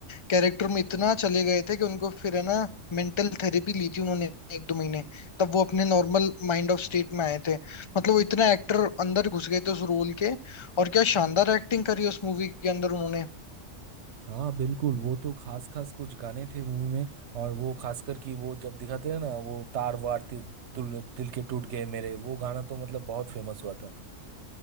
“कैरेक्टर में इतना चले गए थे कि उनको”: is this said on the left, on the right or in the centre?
Left